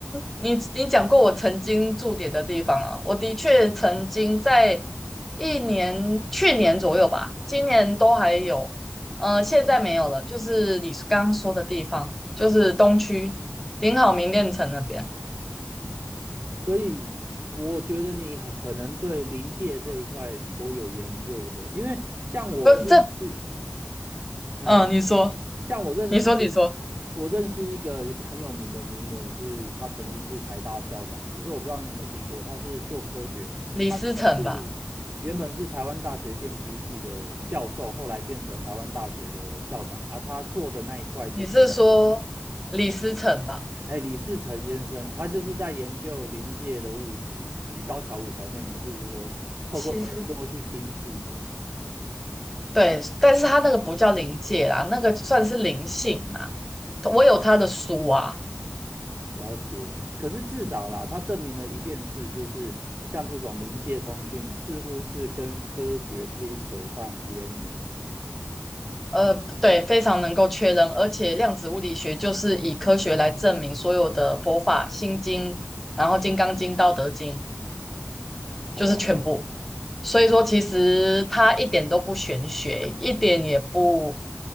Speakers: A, in the centre; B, on the right.
A: 你你讲过我曾经驻点的地方啊，我的确曾经在一年，去年左右吧，今年都还有，呃，现在没有了，就是你刚刚说的地方，就是东区林好明店城那边，
B: 嗯。所以我觉得你很可能对临界这一块颇有研究的，因为像我认识，
A: 不是这，
B: 嘿，
A: 嗯、你说，
B: 像我认识，
A: 你说，你说，
B: 我认识一个很有名的名人是，他曾经是台大校长，可是我不知道你有没有听过，他是做科学，
A: 李思城吧，
B: 他原本是原本是台湾大学电机系的教授，后来变成台湾大学的校长，而他做的那一块就是在研
A: 你是说李思城吧？
B: 哎，李世成先生，他就是在研究临界的物质，以及高桥舞小妹妹是如何透过耳朵去听字的
A: 其实。对，但是他那个不叫灵界啦，那个算是灵性啦。我有他的书啊，
B: 了解。可是至少啦，他证明了一件事，就是像这种临界通讯，似乎是跟科学可以扯上边的。
A: 呃，对，非常能够确认，而且量子物理学就是以科学来证明所有的佛法、心经，然后《金刚经》《道德经》，
B: 哦，
A: 就是全部。所以说，其实它一点都不玄学，一点也不，